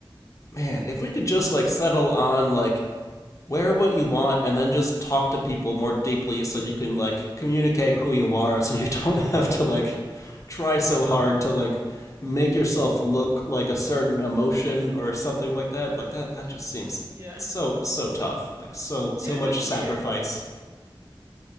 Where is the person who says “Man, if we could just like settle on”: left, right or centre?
Left